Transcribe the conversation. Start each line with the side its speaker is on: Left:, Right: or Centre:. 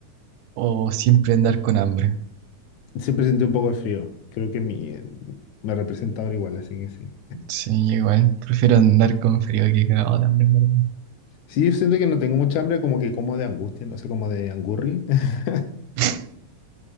Right: o siempre andar con hambre?
Left: Siempre sentí un poco de frío. Creo que mi, eh, me representa ahora igual, así que sí.
Right: Sí, igual. Prefiero andar con frío que cagado de hambre, en verdad.
Left: Sí, yo siento que no tengo mucha hambre, como que como de angustia, no sé, como de angurri. <laughs>
Right: <laughs>